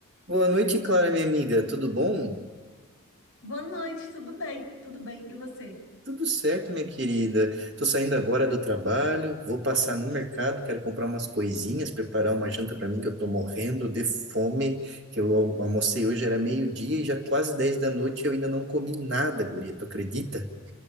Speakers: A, on the right (about 50°); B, on the left (about 65°).
A: Boa noite, Clara, minha amiga. Tudo bom?
B: Boa noite, tudo bem? Tudo bem. E você?
A: Tudo certo, minha querida. Tô saindo agora do trabalho, vou passar no mercado, quero comprar umas coisinhas, preparar uma janta para mim que eu tô morrendo de fome, que eu al- almocei hoje era meio-dia e já quase 10 da noite e eu ainda não comi nada, guria, tu acredita?